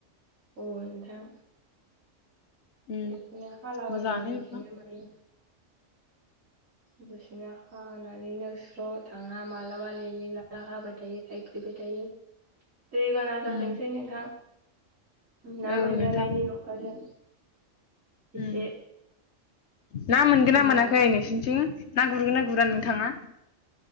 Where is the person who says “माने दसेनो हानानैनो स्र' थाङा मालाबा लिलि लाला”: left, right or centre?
Right